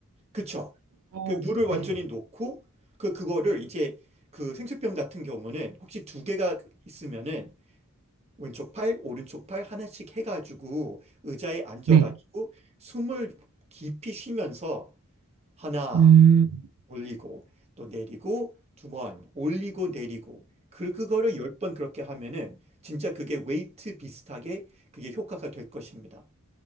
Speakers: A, on the right; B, on the right.
A: 그쵸?
B: 어,
A: 그 물을 완전히
B: 네.
A: 놓고 그, 그거를 이제 그 생수병 같은 경우는 혹시 두 개가 있으면은 왼쪽 팔, 오른쪽 팔 하나씩 해가지고 의자에 앉아가지고
B: 네.
A: 숨을 깊이 쉬면서 하나
B: 음,
A: 올리고 또 내리고 두 번 올리고 내리고 그 그거를 열 번 그렇게 하면은 진짜 그게 웨이트 비슷하게 그게 효과가 될 것입니다.